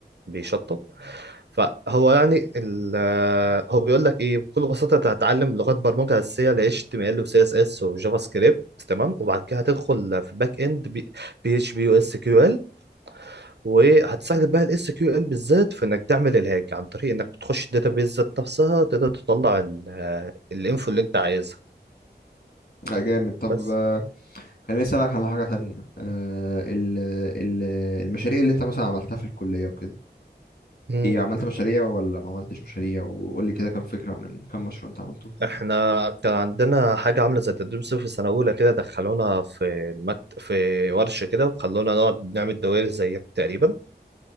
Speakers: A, on the right (about 70°); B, on the left (about 65°).
A: بيشطب فهو يعني ال... هو بيقول لك ايه بكل بساطة انت هتتعلم لغات برمجة أساسية ل HTML و CSS و JavaScript تمام وبعد كده هتدخل في باك اند بي اتش بي يو اس كيو ال، وهتساعدك بقى الاس كيو ال بالذات في انك تعمل الهاج عن طريق انك بتخش الداتابيز ذات نفسها تقدر تطلع ال- الانفو اللي انت عايزها
B: آه، جامد طب
A: بس
B: آه، خليني أسألك على حاجة تانية آه ال ال المشاريع اللي أنت مثلا عملتها في الكلية وكده
A: مم.
B: إيه عملت مشاريع ولا ما عملتش مشاريع وقول لي كده كام فكرة من كام مشروع أنت عملته
A: احنا كان عندنا حاجه عامله زي التدريب صيفي في سنه اولى كده دخلونا في المكت... في ورشه كده وخلونا نقعد نعمل دوائر زيك تقريبا